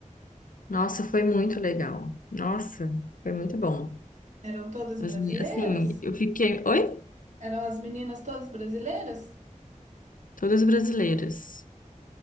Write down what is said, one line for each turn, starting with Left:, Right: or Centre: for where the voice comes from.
Left: Nossa, foi muito legal. Nossa, foi muito bom.
Right: Eram todas
Left: As
Right: brasileiras?
Left: minhas- Assim, eu fiquei. Oi?
Right: Eram as meninas todas brasileiras?
Left: Todas brasileiras.